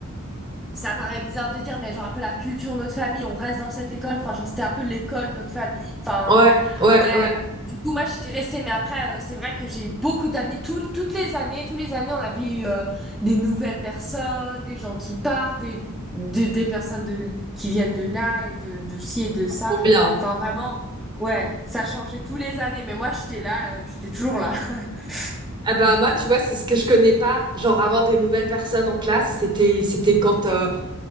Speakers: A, in the centre; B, on the right.
A: Ça paraît bizarre de dire, mais genre un peu la culture, notre famille, on reste dans cette école. Enfin, genre c'était un peu l'école, notre famille. Enfin,
B: Ouais, ouais,
A: ouais.
B: ouais,
A: Du coup, moi, j'étais restée. Mais après, euh, c'est vrai que j'ai eu beaucoup d'amis. Tout- toutes les années, tous les années, on avait eu euh, des nouvelles personnes, des gens qui partent, des, des, des personnes de, qui viennent de là et de, de ci et de ça.
B: trop bien.
A: Enfin, vraiment, ouais, ça changeait tous les années. Mais moi, j'étais là, euh, j'étais toujours là. <laughs>
B: Ah bah moi, tu vois, c'est ce que je connais pas. Genre avoir des nouvelles personnes en classe, c'était c'était quand euh,